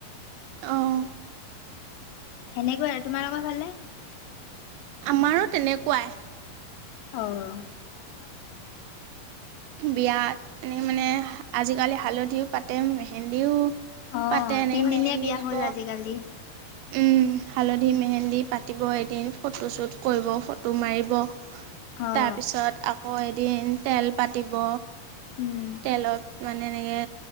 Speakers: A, on the right; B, on the left.
A: আহ।
B: হেনেকোৱাই আৰু। তোমালোকৰ ফালে?
A: আমাৰো তেনেকুৱাই।
B: অঁ।
A: বিয়াত এনে মানে আজিকালি হালধিও পাতে মে হেন্দীও
B: অ
A: পাতে এনেকে
B: তিনদিনীয়া
A: মেহেন্দী
B: বিয়া
A: দিব।
B: হ'ল আজিকালি
A: উম হালধি মেহেন্দি পাতিব এদিন ফটো চ্বুট কৰিব ফটো মাৰিব
B: অ
A: তাৰপিছত আকৌ এদিন তেল পাতিব।
B: উম
A: তেলত মানে এনেকে